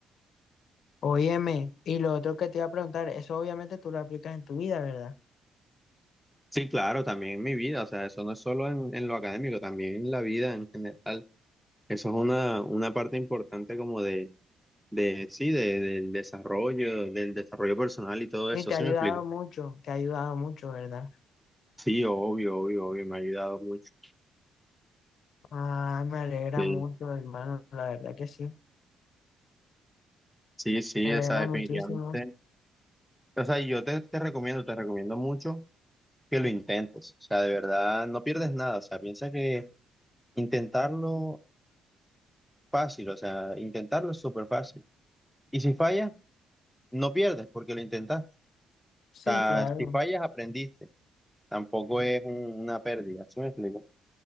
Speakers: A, on the left; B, in the centre.
A: Óyeme, y lo otro que te iba a preguntar, eso obviamente tú lo aplicas en tu vida, ¿verdad?
B: Sí, claro, también en mi vida, o sea, eso no es solo en, en lo académico, también en la vida en general. Eso es una, una parte importante como de, de sí, de- del desarrollo, del desarrollo personal y todo
A: Y
B: eso,
A: te
B: ¿sí
A: ha ayudado
B: me explico?
A: mucho, te ha ayudado mucho, ¿verdad?
B: Sí, obvio, obvio, obvio, me ha ayudado mucho.
A: Ah, me alegra
B: Sí,
A: mucho, hermano, la verdad que sí,
B: sí, sí,
A: me alegra
B: o sea, definitivamente.
A: muchísimo.
B: O sea, yo te, te recomiendo, te recomiendo mucho que lo intentes, o sea, de verdad, no pierdes nada, o sea, piensa que Intentarlo fácil, o sea, intentarlo es súper fácil. Y si fallas, no pierdes porque lo intentaste.
A: Sí,
B: O sea,
A: claro.
B: si fallas, aprendiste. Tampoco es un- una pérdida, ¿sí me explico?